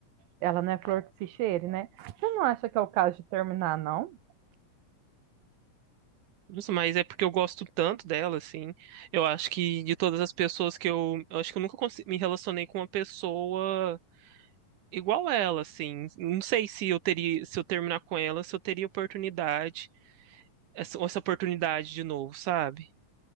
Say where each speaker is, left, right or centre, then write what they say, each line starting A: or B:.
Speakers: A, on the right (about 85°); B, on the right (about 70°).
A: ela não é flor que se cheire, né? Você não acha que é o caso de terminar, não?
B: Nossa, mas é porque eu gosto tanto dela, assim. Eu acho que de todas as pessoas que eu. Eu acho que eu nunca consi- me relacionei com uma pessoa igual ela, assim. Não sei se eu teria, se eu terminar com ela, se eu teria oportunidade, essa, essa oportunidade de novo, sabe?